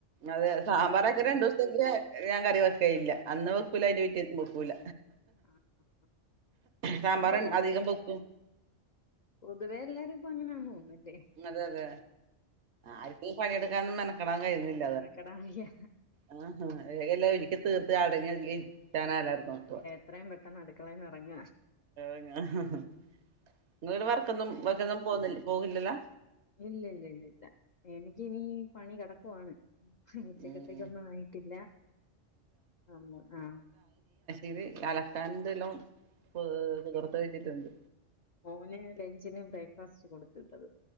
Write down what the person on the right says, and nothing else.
അതെ. സാമ്പാറാക്ക്യാ രണ്ടോസ്ത്തെക്ക് ഞാൻ കറി വെക്കേ ഇല്ല. അന്നും വെക്കൂല അയ്ന്റെ പിറ്റേന്നും വെക്കൂല.
സാമ്പാറ്
അധികം വെക്കും.
അതെ അതെ. ആര്ക്കീ പണിയെടുക്കാനും മെനക്കെടാനും കഴിയുന്നില്ലല്ലോ.
ആഹ്, വേഗെല്ലാം ഒരുക്കിത്തീർത്ത് അടങ്ങി ഒതുങ്ങി ഇര്ക്കാനാ എല്ലാരും നോക്കുക.
ഇങ്ങള് വർക്കൊന്നും വർക്കൊന്നും പോക്ന്നില്ല പോക്ന്നില്ലല്ലാ.
ഉം
ഇനി അലക്കാൻന്തെല്ലം പൊ പൊത്ർത്ത് വെച്ചിട്ടുണ്ട്.